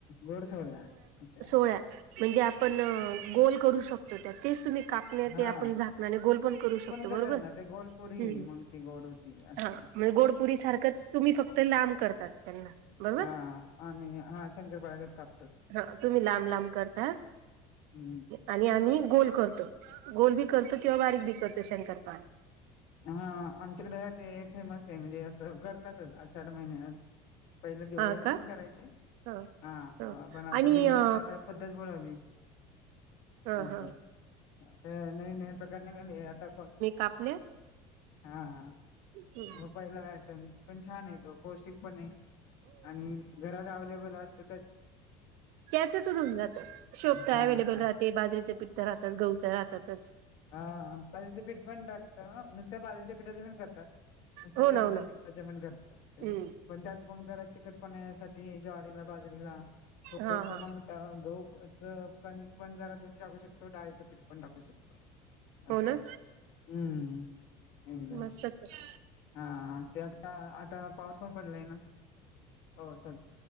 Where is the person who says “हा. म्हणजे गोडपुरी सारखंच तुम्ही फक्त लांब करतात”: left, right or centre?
Right